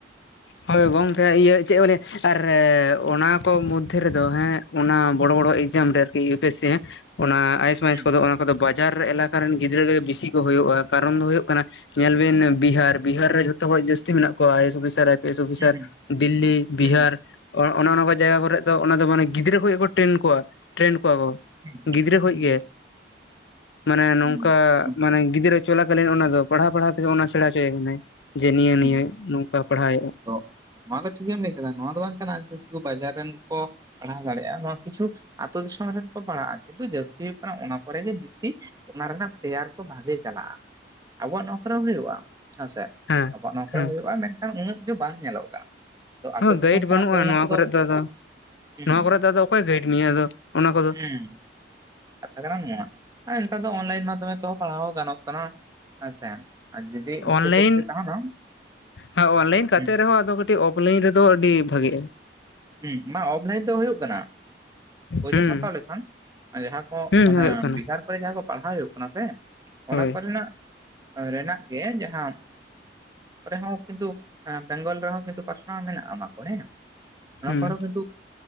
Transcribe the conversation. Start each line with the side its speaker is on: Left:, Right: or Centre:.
Left: ᱦᱳᱭ ᱜᱚᱝᱠᱮ ᱤᱭᱟᱹ ᱪᱮᱫ ᱠᱚ ᱞᱟᱹᱭᱟ ᱟᱨ ᱚᱱᱟ ᱠᱚ ᱢᱚᱫᱽᱫᱷᱮ ᱨᱮᱫᱚ ᱦᱮᱸ ᱚᱱᱟ ᱵᱚᱲᱚ ᱵᱚᱲᱚ ᱮᱠᱡᱟᱢ ᱨᱮ ᱟᱨᱠᱤ ᱤᱭᱩ ᱯᱤ ᱮᱥ ᱥᱤ
Right: ᱦᱩᱸ
Left: ᱚᱱᱟ ᱟᱭᱮᱥ ᱢᱟᱭᱮᱥ
Right: ᱦᱩᱸ
Left: ᱠᱚᱫᱚ ᱚᱱᱟ ᱠᱚᱫᱚ ᱵᱟᱡᱟᱨ ᱮᱞᱟᱠᱟ ᱨᱮᱱ ᱜᱤᱫᱽᱨᱟᱹ ᱜᱮ ᱵᱤᱥᱤ ᱠᱚ ᱦᱩᱭᱩᱜᱼᱟ ᱠᱟᱨᱚᱱ ᱫᱚ ᱦᱩᱭᱩᱜ ᱠᱟᱱᱟ ᱧᱮᱞᱵᱤᱱ ᱵᱤᱦᱟᱨ ᱵᱤᱦᱟᱨ ᱨᱮ ᱡᱷᱚᱛᱚᱠᱷᱚᱡ ᱡᱟᱹᱥᱛᱤ ᱢᱮᱱᱟᱜ ᱠᱚᱣᱟ <unintelligible> ᱟᱭ P S officer I P S officer
Right: ᱦᱩᱸ
Left: ᱫᱤᱞᱞᱤ ᱵᱤᱦᱟᱨ
Right: ᱦᱩᱸ
Left: ᱚᱱᱮ ᱚᱱᱟ ᱠᱟ ᱡᱟᱭᱜᱟ ᱠᱚᱨᱮ ᱫᱚ ᱚᱱᱟᱫᱚ ᱢᱟᱱᱮ ᱜᱤᱫᱽᱨᱟᱹ ᱠᱚᱡ ᱠᱚ ᱴᱨᱮᱱ ᱠᱚᱣᱟ ᱴᱨᱮᱱ ᱠᱚᱣᱟ ᱠᱚ
Right: ᱦᱩᱸ
Left: ᱜᱤᱫᱽᱨᱟᱹ ᱠᱷᱚᱡ
Right: ᱦᱩᱸ
Left: ᱜᱮ ᱢᱟᱱᱮ ᱱᱚᱝᱠᱟ
Right: ᱦᱩᱸ ᱦᱩᱸ ᱠᱟᱱ
Left: ᱢᱟᱱᱮ
Right: ᱜᱮᱭᱟ
Left: ᱜᱤᱫᱽᱨᱟᱹ ᱪᱚᱞᱟᱠᱟᱞᱤᱱ ᱚᱱᱟ ᱫᱚ ᱯᱟᱲᱦᱟᱣ ᱯᱟᱲᱦᱟᱣ ᱛᱮᱜᱮ ᱚᱱᱟ ᱥᱮᱬᱟ ᱟᱪᱚᱭᱮ ᱠᱟᱱᱟᱭ ᱡᱮ ᱱᱤᱭᱟᱹ
Right: ᱦᱩᱸ
Left: ᱱᱤᱭᱟᱹ
Right: ᱦᱩᱸ
Left: ᱱᱚᱝᱠᱟ ᱯᱟᱲᱦᱟᱣ ᱦᱩᱭᱩᱼᱟ
Right: ᱛᱚ ᱱᱚᱣᱟ ᱫᱚ ᱴᱷᱤᱠᱮᱢ ᱞᱟᱹᱭ ᱠᱮᱫᱟ ᱱᱚᱣᱟ ᱫᱚ ᱵᱟᱝ ᱠᱟᱱᱟ ᱥᱩᱫᱷᱩ ᱵᱟᱡᱟᱨ ᱨᱮᱱ ᱠᱚ ᱯᱟᱲᱦᱟᱣ ᱫᱟᱲᱮᱭᱟᱜᱼᱟ ᱱᱚᱣᱟ ᱠᱤᱪᱷᱩ ᱟ ᱟᱛᱩ ᱫᱤᱥᱚᱢ ᱨᱮᱱ ᱠᱚ ᱯᱟᱲᱦᱟᱜᱼᱟ ᱠᱤᱱᱛᱩ ᱡᱟᱹᱥᱛᱤ ᱦᱩᱭᱩᱜ ᱠᱟᱱᱟ ᱚᱱᱟ ᱠᱚᱨᱮ ᱜᱮ ᱵᱮᱥᱤ ᱚᱱᱟ ᱨᱮᱱᱟᱜ ᱛᱮᱭᱟᱨ ᱠᱚ ᱵᱷᱟᱜᱮ ᱪᱟᱞᱟᱜᱼᱟ ᱟᱵᱚᱣᱟᱜ ᱱᱚᱣᱨᱮ ᱦᱚᱸ ᱦᱩᱭᱩᱜᱼᱟ ᱦᱮᱸᱥᱮ
Left: ᱦᱮᱸ
Right: ᱟᱵᱚᱣᱟᱜ ᱱᱚᱣᱟ ᱠᱚᱨᱮ
Left: ᱦᱮᱸ
Right: ᱦᱚᱸ ᱦᱩᱭᱩᱜᱼᱟ ᱢᱮᱱᱠᱷᱟᱱ ᱩᱱᱟᱹᱜ ᱫᱚ ᱵᱟᱝ ᱧᱮᱞᱚᱜ ᱠᱟᱱᱟ ᱛᱚ ᱟᱛᱳ
Left: ᱦ
Right: ᱫᱤᱥᱚᱢ
Left: ᱜᱟᱹᱭᱤᱰ
Right: ᱠᱷᱚᱱᱟᱜ
Left: ᱵᱟᱹᱱᱩᱜᱼᱟ
Right: ᱫᱚ ᱩᱱᱟᱹᱜ
Left: ᱱᱚᱣᱟ
Right: ᱠᱚᱫᱚ
Left: ᱠᱚᱨᱮ ᱫᱚ ᱟᱫᱚ
Right: ᱦᱩᱸ
Left: ᱱᱚᱣᱟ ᱠᱚᱨᱮ ᱫᱚ ᱟᱫᱚ ᱚᱠᱚᱭᱮ ᱜᱟᱹᱭᱤᱰ ᱢᱮᱭᱟ ᱟᱫᱚ ᱚᱱᱟ ᱠᱚᱫᱚ
Right: ᱦᱮᱸ ᱠᱟᱛᱷᱟ ᱠᱟᱱᱟ ᱱᱚᱣᱟ ᱟᱨ ᱱᱮᱛᱟᱨ ᱫᱚ ᱚᱱᱞᱟᱭᱤᱱ ᱢᱟᱫᱷᱚᱢᱮᱛᱚ ᱯᱟᱲᱦᱟᱣ ᱜᱟᱱᱚᱜ ᱠᱟᱱᱟ ᱦᱮᱸᱥᱮ᱾ ᱟᱨ ᱡᱩᱫᱤ ᱤᱪᱪᱷᱟᱹ
Left: ᱚᱱᱞᱟᱭᱤᱱ
Right: ᱥᱚᱠᱛᱤ ᱛᱟᱦᱮᱱᱟ
Left: ᱦᱮᱸ ᱚᱱᱞᱟᱭᱤᱱ ᱠᱟᱛᱮᱜ
Right: ᱦᱩᱸ
Left: ᱨᱮᱦᱚᱸ ᱟᱫᱠᱟᱹ ᱠᱟᱴᱤᱡ ᱚᱯ ᱞᱟᱹᱭᱤᱱ ᱨᱮᱫᱚ ᱟᱹᱰᱤ ᱵᱷᱟᱹᱜᱤᱜᱼᱟ
Right: ᱦᱩᱸ ᱢᱟ ᱚᱯᱷᱞᱟᱹᱭᱤᱱ ᱛᱮ ᱦᱩᱭᱩᱜ ᱠᱟᱱᱟ ᱠᱳᱡᱮᱢ
Left: ᱦᱩᱸ
Right: ᱦᱟᱛᱟᱣ ᱞᱮᱠᱷᱟᱱ ᱡᱟᱦᱟᱸ ᱠᱚ
Left: ᱦᱩᱸ ᱦᱩᱭᱩᱜ ᱠᱟᱱᱟ
Right: ᱵᱤᱦᱟᱨ ᱠᱚ ᱡᱟᱦᱟᱸ ᱠᱚ ᱯᱟᱲᱦᱟᱣ ᱦᱩᱭᱩᱜ ᱠᱟᱱᱟ ᱥᱮ ᱚᱱᱟ
Left: ᱦᱳᱭ
Right: ᱠᱚᱨᱮᱱᱟᱜ ᱨᱮᱱᱟᱜ ᱜᱮ ᱡᱟᱦᱟᱸ ᱠᱚᱨᱮᱦᱚ ᱠᱤᱱᱛᱩ ᱵᱮᱝᱜᱚᱞ ᱨᱮᱦᱚᱸ ᱠᱤᱱᱛᱩ ᱯᱟᱥᱱᱟᱣ ᱢᱮᱱᱟᱜᱼᱟ ᱚᱱᱟ ᱠᱚ ᱦᱮᱸ ᱚᱱᱟ
Left: ᱦᱩᱸ
Right: ᱠᱚᱨᱮᱦᱚᱸ ᱠᱤᱱᱛᱩ